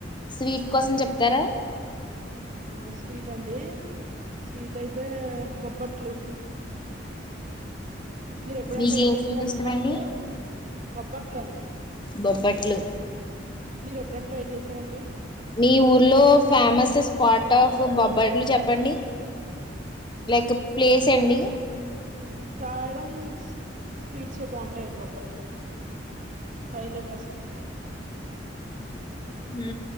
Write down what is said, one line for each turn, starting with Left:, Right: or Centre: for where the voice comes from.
Left: స్వీట్ కోసం చెప్తారా
Right: ఆ స్వీట్ అండి స్వీట్ అయితే బొబ్బట్లు మీరు ఎప్పుడైనా
Left: మీకు
Right: ట్రై
Left: ఏం
Right: చేసేర
Left: స్వీట్ ఇష్టమండి
Right: బొబ్బట్లు బొబ్బట్లు అండి
Left: బొబ్బట్లు
Right: మీరు ఎప్పుడైనా ట్రై చేసారండి
Left: మీ ఊర్లో ఫేమస్ స్పాట్ ఆఫ్ బొబ్బట్లు చెప్పండి లైక్ ప్లేస్ అండి
Right: సాయిరాం స్పీడ్స్ లో బాగుంటాయండి బోబ్బట్లు హై లైట్ అసలు
Left: హూ